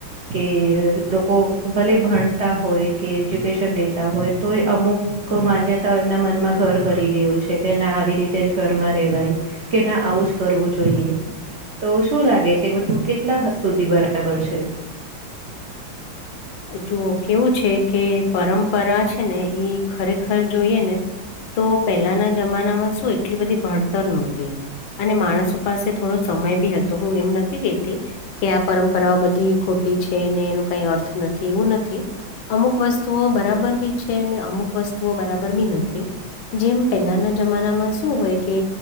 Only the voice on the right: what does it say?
કે લોકો ભલે ભણતા હોય કે એજ્યુકેશન લેતા હોય તો એ અમુક કો માન્યતાઓ એમના મનમાં ઘર કરી ગયું છે કે ના આવી રીતે જ ઘરમાં રેવાય કે ના આવું જ કરવું જોઈએ. તો શું લાગે છે એ બધું કેટલા હદ સુધી બરાબર છે.